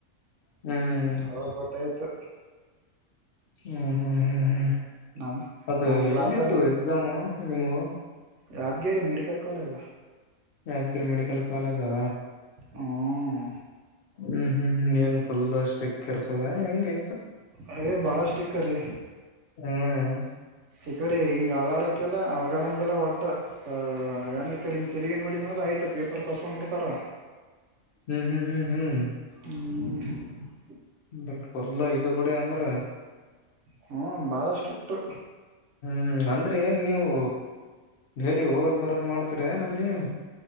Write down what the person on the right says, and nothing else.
ಅವಾಗ ಗೊತ್ತಾಯ್ತು.
ನಮ್
ನಮ್ ಕ್ಲಾಸ್
ಅಲ್ಲಿ
Yadgir medical college.
ಹ್ಮ್
ಐ ಬಾಳಷ್ಟಿಕ್ಕ ರೀ.
ಇಕಡೆ ಹಿಂಗ ಅಳಗಡಕ್ಕಿಲ್ಲ ಅಳಗ್ಯಡಂಗಿಲ್ಲ ಒಟ್ಟ ಸ ಏನ್ ಇಕಡಿ ತಿರಿಗಿ ನೋಡಿದಂದ್ರೆ ಆಯ್ತು ಪೇಪರ್ ಕಸ್ಕೊಂಡ್ಬಿಡ್ತಾರ.
ಹ್ಮ
ಹ್ಮ ಬಾಳ ಸ್ಟ್ರಿಕ್ಟು.